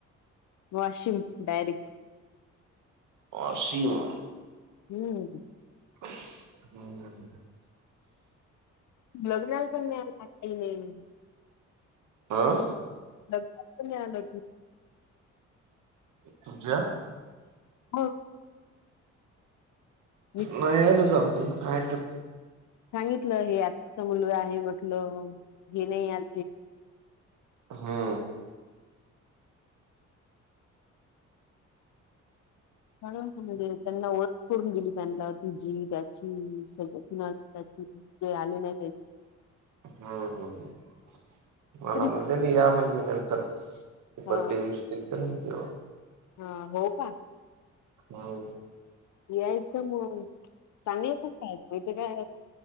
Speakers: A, on the left; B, on the right.
A: वाशिम डायरेक्ट
B: पा सीमा
A: हम्म
B: हम्
A: लग्ना पण नाही काही नाही
B: आं
A: लग प लग
B: तुज्या
A: हो मी
B: नाहील जाऊ त ना काय करते
A: सांगितलं हे आजचा मुलगा आहे म्हटलं हे नाही आज
B: हा
A: म्हणजे त्यांना ओळख करून गेली त्यांना तुझी त्याची स कुणा त्याची ते आले नाही
B: हम्म हम् हम् मला
A: तरी
B: म्हणले नाही या म्हणली नंतर बडे
A: हा
B: वसटक तर नाही केव
A: हा हो का
B: हो
A: यायचं मग चांगायच काय मा काय